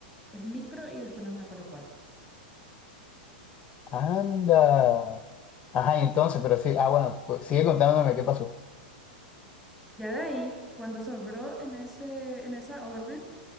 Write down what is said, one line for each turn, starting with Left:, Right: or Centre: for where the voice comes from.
Centre: es micro y después no me acuerdo cuál.
Left: Anda. Ajá,
Centre: Sí.
Left: y entonces, pero sí, ah, bueno, cu- sigue contándome qué pasó.
Centre: Ya de ahí, cuando sobró en ese, en esa orden,